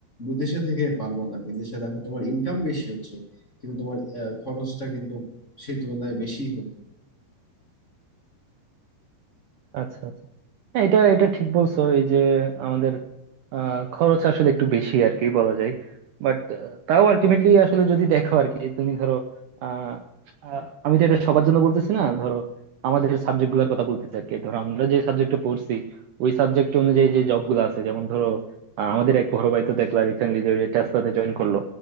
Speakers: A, on the left (about 25°); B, on the right (about 70°).
A: বিদেশে থেকে পারবা না বিদেশে দেখো তোমার ইনকাম বেশি হচ্ছে কিন্তু তোমার আহ, খরচটা কিন্তু সেই তুলনায় বেশি
B: আচ্ছা আচ্ছা হ্যাঁ, এটা এটা ঠিক বলছো এই যে আমাদের আহ, খরচ আসলে একটু বেশি আর কি বলা যায় বাট তাও আলটিমেটলি আসলে যদি দেখো আর কি তুমি ধরো আহ, আহ, আমি তো এটা সবার জন্য বলতেছি না ধরো আমাদের সাবজেক্ট গুলার কথা বলতেছি আর কি ধরো আমরা যে সাবজেক্টে পড়ছি ওই সাবজেক্ট অনুযায়ী যে জব গুলো আছে যেমন ধরো আহ, আমাদের এক বড় ভাই তো দেখলা রিসেন্টলি যে ওই যে টেসলাতে জয়েন করলো